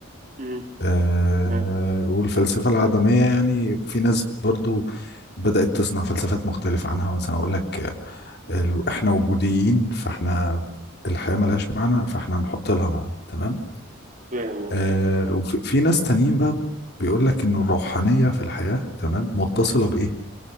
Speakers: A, on the right (about 40°); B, on the left (about 55°).
A: مم.
B: آه،
A: تمام
B: والفلسفه العدميه يعني في ناس برضو بدأت تصنع فلسفات مختلفة عنها مثلا أقول لك ال- احنا وجوديين فاحنا الحياة ملهاش معنى فاحنا نحط لها معنى تمام
A: فاهم والله.
B: آه وفي في ناس تانيين بقى بيقول لك ان الروحانية في الحياة تمام متصلة بإيه؟